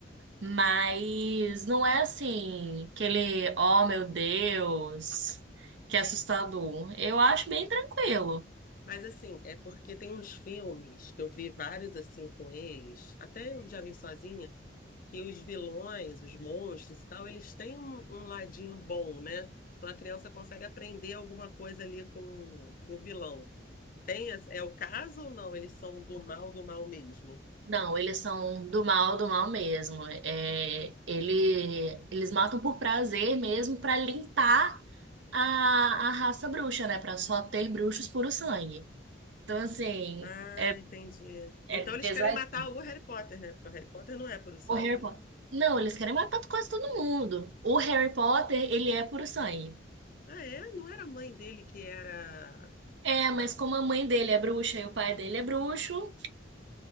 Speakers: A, on the right (about 80°); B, on the left (about 45°).
A: Mas não é assim, aquele, oh meu Deus, que assustador. Eu acho bem tranquilo.
B: Mas assim, é porque tem uns filmes que eu vi vários assim com eles, até eu já vi sozinha, que os vilões, os monstros e tal, eles têm um, um ladinho bom, né? Então a criança consegue aprender alguma coisa ali com o vilão. Tem, esse- é o caso ou não? Eles são do mal, do mal mesmo?
A: Não, eles são do mal, do mal mesmo. É, ele, eles matam por prazer mesmo para limpar a, a raça bruxa, né? para só ter bruxos puro sangue. Então, assim,
B: Ah,
A: é,
B: entendi.
A: é
B: Então eles
A: pesadinho.
B: querem matar o Harry Potter, né? Porque o Harry Potter não é puro sangue.
A: O Harry Potter. Não, eles querem matar quase todo mundo. O Harry Potter, ele é puro sangue.
B: Ah, é? Não era a mãe dele que era.
A: É, mas como a mãe dele é bruxa e o pai dele é bruxo,